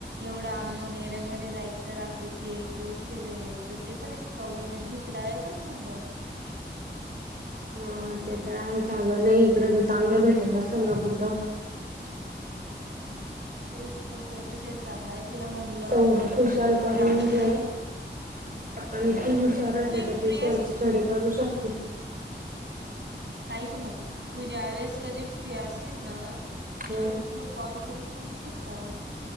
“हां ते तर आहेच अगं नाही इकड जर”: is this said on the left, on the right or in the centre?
Right